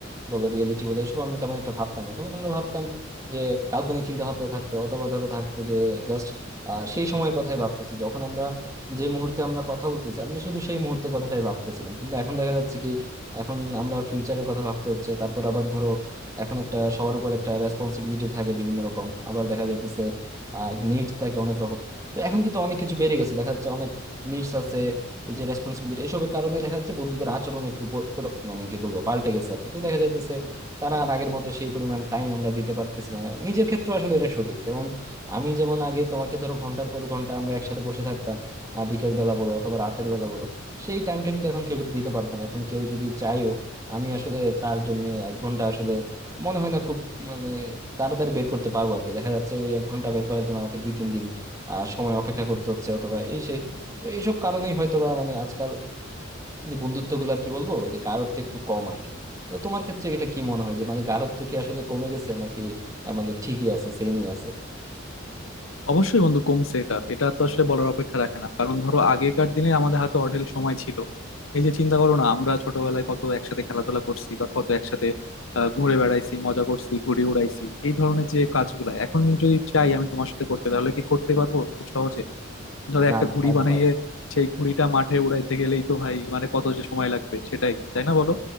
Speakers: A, on the right (about 15°); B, on the left (about 80°).
A: বলো রিয়েলিটি বলে এসব আমরা তেমন একটা ভাবতাম না তখন আমরা ভাবতাম যে কাল্পনিক চিন্তা ভাবনা থাকতো অথবা ধরো থাকতো যে জাস্ট সেই সময়ের কথাই ভাবতেছি যখন আমরা যে মুহূর্তে আমরা কথা বলতেছি আমরা শুধু সেই মুহূর্তে কথাটাই ভাবতেছিলাম কিন্তু এখন দেখা যাচ্ছে কি এখন আমরা ফিউচারের কথা ভাবতে হচ্ছে তারপর আবার ধরো এখন একটা সবার উপর একটা রেসপন্সিবিলিটি থাকে বিভিন্ন রকম আবার দেখা যাইতেছে আহ নিডস থাকে অনেক রকম তো এখন কিন্তু অনেক কিছু বেড়ে গেছে দেখা যাচ্ছে অনেক নিডস আছে এই যে রেসপন্সিবিলিটি এসবের কারণে দেখা যাচ্ছে বন্ধুদের আচরণ একটু পর- পর- মানে কি বলবো পাল্টে গেছে আর কি তো দেখা যাইতেছে তারা আর আগের মতো সেই পরিমাণ টাইম আমরা দিতে পারতেছি না নিজের ক্ষেত্রে আসলে এটা সঠিক যেমন আমি যেমন আগে তোমাকে ধরো ঘন্টার পর ঘন্টা আমরা একসাথে বসে থাকতাম আহ বিকেল বেলা বলো অথবা রাতের বেলা বলো সেই টাইমটা কিন্তু এখন কেউ দিতে পারবো না এখন কেউ যদি চাইও আমি আসলে তার জন্য এক ঘন্টা আসলে মনে হয় না খুব মানে তাড়াতাড়ি বের করতে পারবো আর কি দেখা যাচ্ছে ওই এক ঘন্টা বের করার জন্য আমাকে দুই তিন দিন আহ, সময় অপেক্ষা করতে হচ্ছে অথবা এই সেই তো এইসব কারণেই হয়তো বা মানে আজকাল বন্ধুত্ব গুলো আর কি বলবো যে গাঢ়ত্ব একটু কম আর কি তো তোমার ক্ষেত্রে এটা কি মনে হয় যে মানে গাঢ়ত্ব কি আসলে কমে গেছে নাকি আহ, মানে ঠিকই আছে সেমই আছে
B: অবশ্যই বন্ধু কমছে এটা এটা তো আসলে বলার অপেক্ষা রাখে না কারণ ধরো আগেকার দিনে আমাদের হাতে অঢেল সময় ছিল এই যে চিন্তা করো না আমরা ছোটবেলায় কত একসাথে খেলাধুলা করছি বা কত একসাথে আহ, ঘুরে বেড়াইছি মজা করছি ঘুড়ি উড়াইছি এই ধরনের যে কাজগুলা এখন যদি চাই আমি তোমার সাথে করতে তাহলে কি করতে পারবো খুব সহজে ধরো
A: না
B: একটা ঘুড়ি
A: তা তো
B: বানিয়ে সেই ঘুড়িটা মাঠে উড়াইতে গেলেই তো ভাই মানে কত যে সময় লাগবে সেটাই তাই না বলো